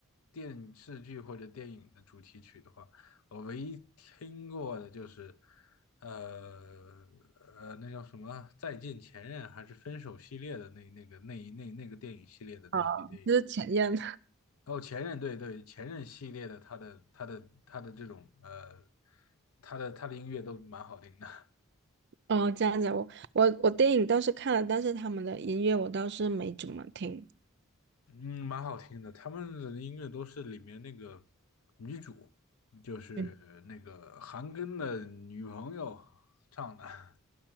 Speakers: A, on the left (about 80°); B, on the right (about 50°).
A: 电视剧或者电影的主题曲的话，我唯一听过的就是，呃呃，那叫什么《再见前任》还是《分手》系列的那那个那一那那个电影系列的那些电影。
B: 哦，就是前任
A: 哦，前任，对对，前任系列的，他的他的他的这种呃，他的他的音乐都蛮好听的。
B: <laughs> 哦，这样子，我我我电影倒是看了，但是他们的音乐我倒是没怎么听。
A: 嗯，蛮好听的。他们的音乐都是里面那个女主，就是那个韩庚的女朋友唱的。
B: 嗯，